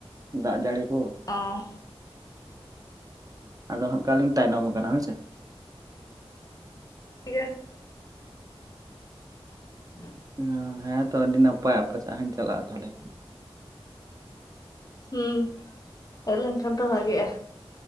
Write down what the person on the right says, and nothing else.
ᱫᱟᱜ ᱡᱟᱹᱲᱤ ᱠᱚ᱾
ᱟᱫᱚ ᱦᱟᱸᱜ ᱠᱷᱟᱱᱞᱤᱧ ᱛᱟᱭᱱᱚᱢ ᱟᱠᱟᱱᱟ ᱦᱳᱭᱥᱮ᱾
<unintelligible> ᱦᱮᱸ ᱛᱚ ᱟᱹᱰᱤ ᱱᱟᱯᱟᱭ, ᱟᱯᱮ ᱥᱮᱫ ᱦᱟᱸᱜ ᱤᱧ ᱪᱟᱞᱟᱜᱼᱟ ᱛᱟᱦᱟᱞᱮ।